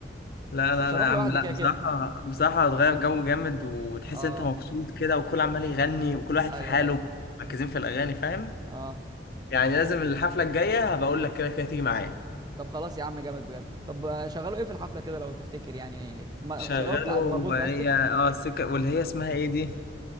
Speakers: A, on the left; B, on the right.
A: لا
B: بس
A: لا
B: مش
A: لا
B: هروح
A: يا عم
B: لوحدي
A: لا
B: كده
A: بصراحة
B: كده
A: بصراحة هتغير جو جامد وتحس
B: اه
A: انت مبسوط كده وكل عمال يغني وكل واحد
B: ايوه
A: في حاله
B: ايوه
A: مركزين في الأغاني فاهم؟
B: اه
A: يعني لازم الحفلة الجاية هبقى اقول لك كده كده تيجي معايا
B: طب خلاص يا عم جامد بجد طب آه، شغلوا ايه في الحفله كده لو تفتكر يعني ما-
A: شغاله
B: شغلوا بتاع
A: وهي
B: مربوط باستك
A: اه السكة واللي هي اسمها ايه دي